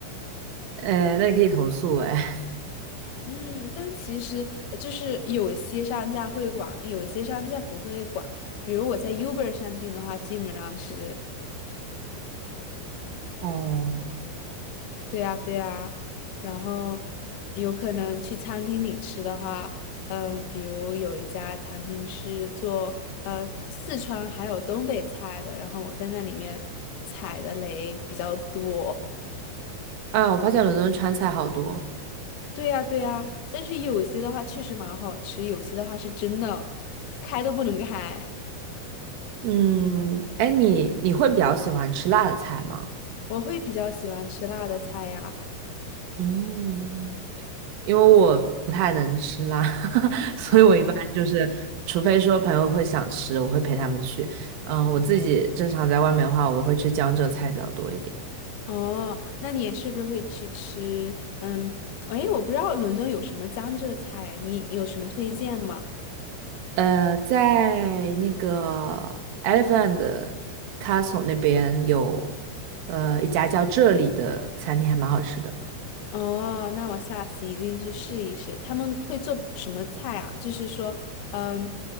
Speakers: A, on the right; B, on the left.
A: 哎，那你可以投诉哎。
B: 嗯，但其实呃就是有些商家会管，有些商家不会管。比如我在 Uber 上订的话，基本上是。
A: <laughs> 哦，
B: 对呀，对呀，然后有可能去餐厅里吃的话，嗯，比如有一家餐厅是做呃四川还有东北菜的，然后我在那里面踩的雷比较多。
A: 哎，我发现伦敦川菜好多。
B: 对呀，对呀，但是有些的话确实蛮好吃，有些的话是真的开都不能开。
A: 嗯，哎，你你会比较喜欢吃辣的菜吗？
B: 我会比较喜欢吃辣的菜呀。
A: 嗯。因为我不太能吃辣，<laughs> 所以我一般就是，
B: 嗯。
A: 除非说朋友会想吃，我会陪他们去。嗯、我自己正常在外面的话，我都会吃江浙菜比较多一点。
B: 哦，那你也是不是会去吃？嗯，哎，我不知道伦敦有什么江浙菜啊，你有什么推荐吗？
A: 呃，在那个 Elephant Castle 那边有，呃，一家叫这里的餐厅还蛮好吃的，
B: 哦，那我下次一定去试一试。他们会做什么菜啊？就是说，嗯，